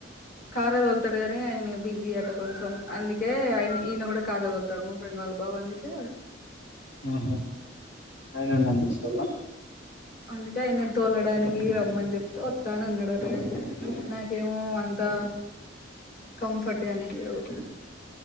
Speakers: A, on the left; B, on the left.
A: కారె తొలుతడు గని ఆయన బిజీ అట కొంచెం, అందుకే ఆయి ఈనే గుడ కారే తోలుతడు. రెనువల్ బావ అందుకే
B: ఉహు ఆయనను బంబిస్తవా
A: అందుకే ఆయనను తోలడానికి రమ్మని జెప్తే వత్తానన్నాడట గని నాకేమో అంతా కంఫర్ట్ గా అనిపియ్యదూ